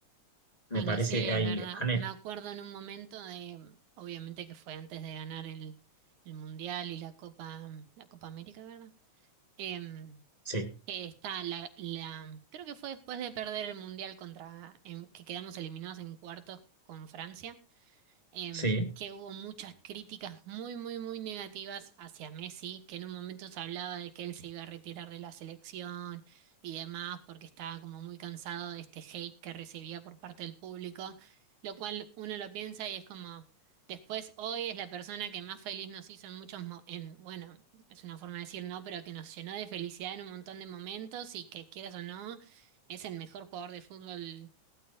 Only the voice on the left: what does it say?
me
parece,
hay,
ane-
sí,
sí.